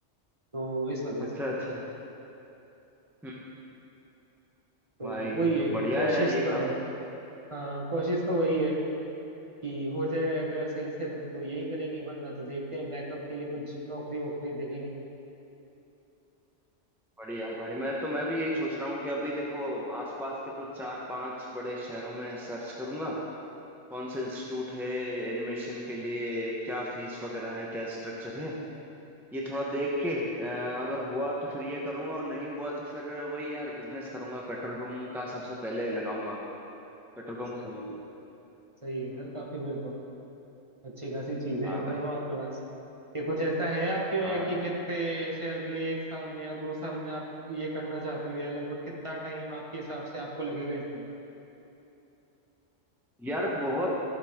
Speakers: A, on the right; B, in the centre.
A: तो इस वजह से
B: अच्छा अच्छा हम्म,
A: तो
B: भाई
A: वही
B: तो
A: है
B: बढ़िया
A: कोशिश
B: है यार ये
A: तो
B: काम
A: हाँ कोशिश तो वही है कि हो जाए अगर सही से तब तो यही करेंगे वरना तो देखते हैं बैकअप के लिए कुछ नौकरी वोकरी देखेंगे
B: बढ़िया भाई मैं तो मैं भी यही सोच रहा हूँ कि अभी देखो आसपास के कुछ चार पांच बड़े शहरों में सर्च करूंगा कौन सा इंस्टीट्यूट है एनिमेशन के लिए क्या फीस वगैरह है क्या स्ट्रक्चर है ये थोड़ा देख के अ, अगर हुआ तो फिर ये करूंगा और नहीं हुआ तो फिर वही यार बिजनेस करूंगा पेट्रोल पंप का सबसे पहले लगाऊंगा पेट्रोल पंप
A: सही
B: खोलने
A: है
B: के लिए
A: सही है यार काफी फिर तो अच्छी खासी चीजें
B: हाँ
A: हैं
B: भाई
A: दोनों आपके पास ये कुछ ऐसा है आपके में
B: हाँ
A: कि कितने ऐसे अगले एक साल में या दो साल में आप ये करना चाहते हो या लगभग कितना टाइम आपके हिसाब से आपको लगेगा इसमें
B: यार बहुत